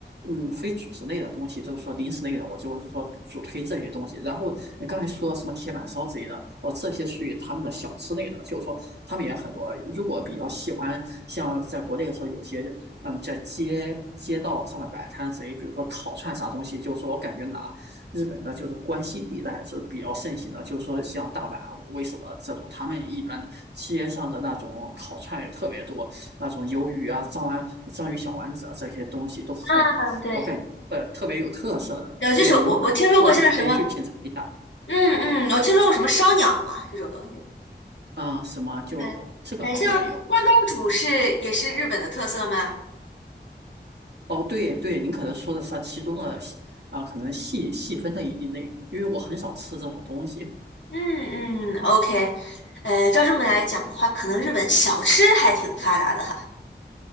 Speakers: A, on the right; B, on the left.
A: 嗯，非主食类的东西，就是说零食类的，我就是说主推这些东西。然后你刚才说什么铁板烧之类的，哦，这些属于他们的小吃类的，就是说他们也很多。如果比较喜欢，像在国内的时候，有些嗯，在街街道上面摆摊之类，比如说烤串啥东西，就是说我感觉哪日本的，就是关西地带是比较盛行的，就是说像大阪为首的这种，他们一般的街上的那种烤串也特别多。那种鱿鱼啊、章丸、章鱼小丸子啊这些东西都很，
B: 嗯，对。
A: 我感觉呃特别有特色的，
B: 有，就是我我听说过像什么
A: 就您过去可以去品尝一下。
B: 嗯嗯，我听说过什么烧鸟嘛，这种东西。
A: 嗯，什么就这个好像没有
B: 对，嗯，像关东煮是也是日本的特色吗？
A: 哦。对对，您可能说的是它其中的啊、呃可能细细分的一类，因为我很少吃这种东西，
B: 嗯嗯，OK，呃，照这么来讲的话，可能日本小吃还挺发达的哈。